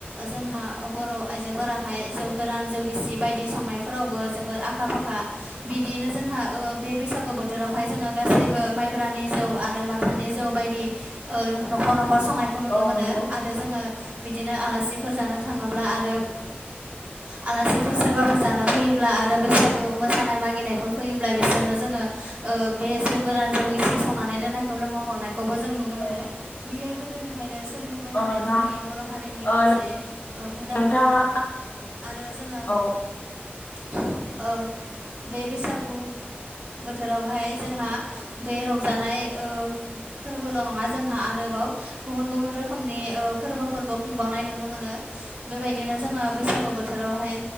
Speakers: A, on the right; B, on the left.
A: जोंहा बर' आइजोफोराहाय जौ गोरान जौ गिसि बायदि संनाय फोरावबो जोबोर आखा फाखा बिदिनो जोंहा ओ बे बैसागु बोथोरावहाय जोंङो गासैबो माइ ब्रानि जौ आरो माथानि जौ बायदि नखर नखर नखर संनायखौ नुनो
B: औ
A: मोनो
B: नंगौ
A: आरो जोंङो बिदिनो आलासिफोर जानो थांङोब्ला आरो आलासिफोर सोरबाफोर जानो फैयोब्ला आरो बैसागु मोसानाय मागिनायफोर फैयोब्ला बिसोरनो जोङो बे जौ गोरान जौ गिसि सं नानै दोननायखौ लोंहोहरनायखौबो जों नुनो मोनो
B: औ
A: बियो गोदोनिफायनो सोलिबोबाय थानाय
B: औ नोंथां
A: जोंनि बर' हारि नि मोनसे
B: ओ
A: ओ हुदाखा
B: नोंथाङा
A: आरो जोङो
B: औ
A: ओ बे बैसागु बोथोरावहाय जोंहा बे रंजानाय ओ फोरबोल' नङा जोंहा आरोबाव गुबुन गुबुन रोखोमनि ओ फोरबोफोरबो खुंबावनाय नुनो मोनो बेबायदिनो जोङो बैसागु बोथोरावहाय